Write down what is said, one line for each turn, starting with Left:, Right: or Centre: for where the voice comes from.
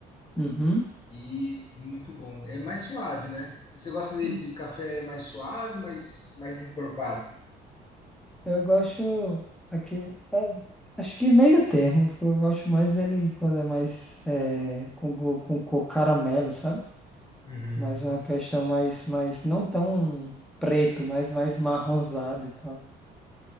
Centre: Uhum.
Left: e muito bom. É mais suave, né? Você gosta de,
Centre: Hum,
Left: de café mais suave, mais, mais encorpado?
Centre: Eu gosto aqui, é, acho que meio termo. Eu gosto mais dele quando é mais é, com, go- com cor caramelo, sabe?
Left: Uhum.
Centre: Mas uma questão mais, mais não tão preto, mas mais marronzado e tal.